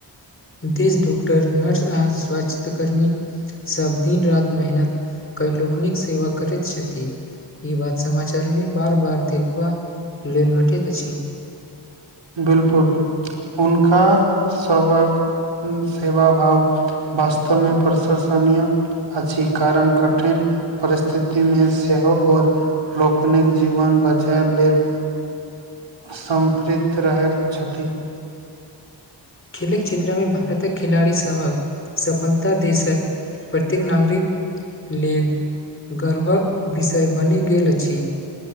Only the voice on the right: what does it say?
बिल्कुल उनका सबक सेवा भाव वास्तवमे प्रशसनीय अछि कारण कठिन परिस्थितिमे सेहो ओर लोकनिक जीवन बचे लेल सम चित रहल छथि